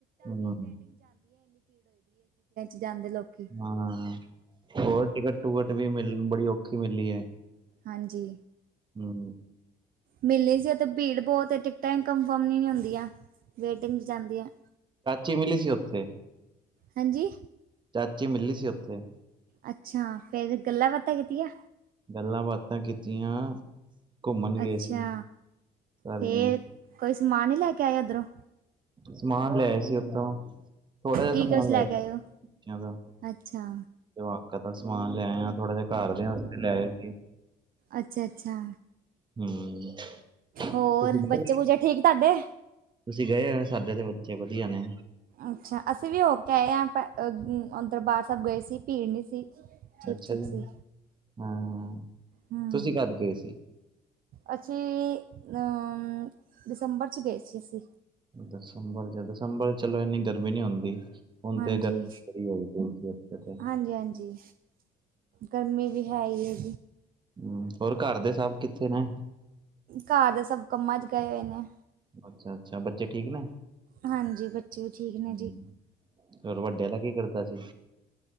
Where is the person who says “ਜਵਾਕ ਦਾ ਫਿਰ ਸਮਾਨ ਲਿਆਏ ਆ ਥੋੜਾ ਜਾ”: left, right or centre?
Right